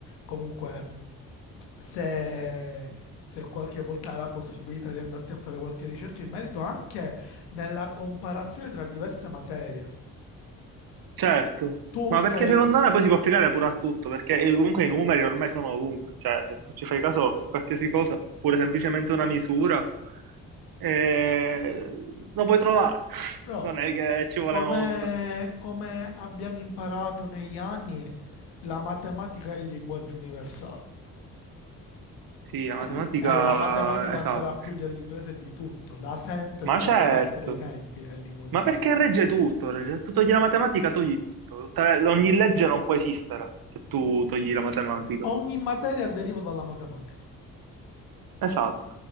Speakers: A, on the left (about 80°); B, on the right (about 65°).
A: Comunque se, se qualche volta hai la possibilità di andarti a fare qualche ricerca in merito anche nella comparazione tra diverse materie.
B: Certo,
A: Tu
B: ma
A: sei,
B: perché secondo me poi si può applicare pure a tutto, perché eh, comunque i numeri ormai sono ovunque, cioè se tu ci fai caso, qualsiasi cosa, pure semplicemente una misura, eh, lo puoi trovare, <laughs>
A: no,
B: non è che ci vuole
A: come,
B: molto.
A: come abbiamo imparato negli anni, la matematica è il linguaggio universale.
B: Sì, la
A: È,
B: matematica,
A: è la matematica
B: esatto,
A: ancora più dell'inglese e di tutto, da sempre,
B: ma
A: dall'inizio
B: certo,
A: dei tempi, è il linguaggio
B: ma
A: universale.
B: perché regge tutto? Regge- Se tu togli la matematica, togli tutto, Tutta- ogni legge non può esistere se tu togli la matematica.
A: Ogni materia deriva dalla matematica.
B: Esatto.